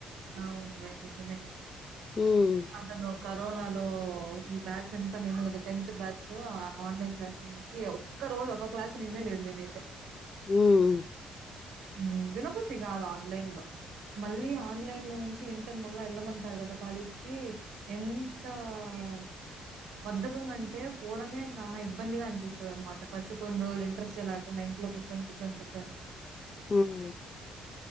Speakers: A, on the right; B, on the left.
A: అవును లే నిజమే
B: ఉమ్
A: అసలు కరోనాలు ఈ బ్యాచ్ అంతా మేము ఓగా టెన్త్ బ్యాచ్ ఆన్లైన్ క్లాస్ అని చెప్పి ఒక్క రోజు ఒక క్లాస్ వినిందే లేదు. నేనైతే
B: ఉహ్ హు
A: ఉహ్ వినబొద్ధి కాదు. ఆన్లైన్ లో మళ్ళీ ఆన్లైన్ లో నుంచి ఇంటర్ మళ్ళ వెళ్ళమంటారు కదా కాలేజీ కి ఎంత. ఆహ్ బద్ధకంటే పోవడమే చాలా ఇబ్బందిగా అనిపిస్తది అనమాట. ఫస్ట్ కొన్ని రోజులు ఇంట్రెస్టే లేకుండా ఇంట్లో కూర్చొని కూర్చొని కూర్చొని
B: హుహ్